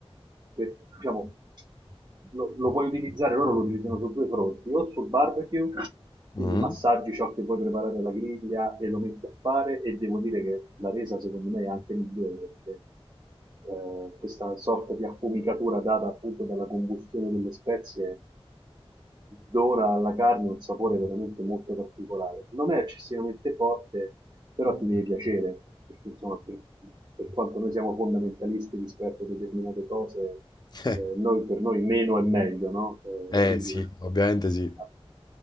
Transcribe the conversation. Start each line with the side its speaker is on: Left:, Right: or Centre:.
Right: per- diciamo, lo, lo puoi utilizzare, loro lo utilizzano su due fronti, o sul barbecue, quindi
Left: Mm.
Right: massaggi ciò che vuoi preparare alla griglia e lo metti a fare e devo dire che la resa secondo me è anche migliore perché eh, questa sorta di affumicatura data appunto dalla combustione delle spezie dona alla carne un sapore veramente molto particolare. Non è eccessivamente forte, però ti deve piacere, perché insomma per, per quanto noi siamo fondamentalisti rispetto a determinate cose,
Left: <laughs>
Right: eh, noi, per noi meno è meglio, no? Eh,
Left: Eh
Right: quindi,
Left: sì, ovviamente sì,
Right: ah,